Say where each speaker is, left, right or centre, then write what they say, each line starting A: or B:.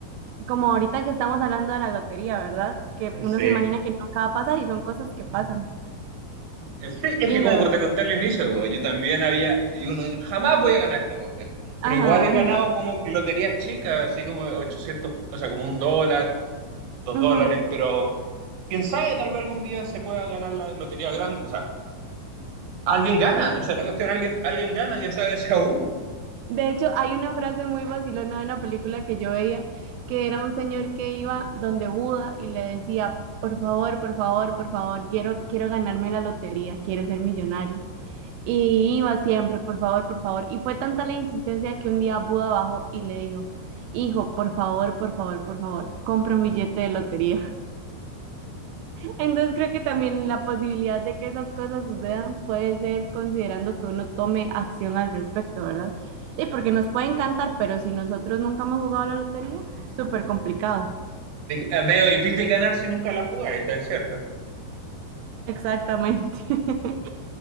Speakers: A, on the right; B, on the right.
A: como ahorita que estamos hablando de la lotería, ¿verdad? Que uno
B: Sí.
A: se imagina que nunca va a pasar y son cosas que pasan.
B: Sí, es
A: Y
B: que como
A: lo logré.
B: te conté al inicio, bo, yo también había, y uno, jamás voy a ganar esta cuestión. Pero
A: Ajá,
B: igual he
A: ajá.
B: ganado como loterías chicas, así como 800 o sea, como un dólar, dos
A: Ujú,
B: dólares, pero quién sabe, tal vez algún día se pueda ganar la lotería grande, o sea, Alguien gana,
A: sí.
B: esa es la cuestión, alguien, alguien gana, ya sabes, sea uno.
A: De hecho, hay una frase muy vacilona de una película que yo veía, que era un señor que iba donde Buda y le decía, por favor, por favor, por favor, quiero, quiero ganarme la lotería, quiero ser millonario. Y iba siempre, por favor, por favor. Y fue tanta la insistencia que un día Buda bajó y le dijo, hijo, por favor, por favor, por favor, compra un billete
B: Mm.
A: de lotería. Entonces creo que también la posibilidad de que esas cosas sucedan puede ser considerando que uno tome acción al respecto, ¿verdad? Sí, porque nos puede encantar, pero si nosotros nunca hemos jugado a la lotería, súper complicado.
B: Es medio difícil ganar si nunca la jugáis, eso es cierto.
A: Exactamente. <laughs>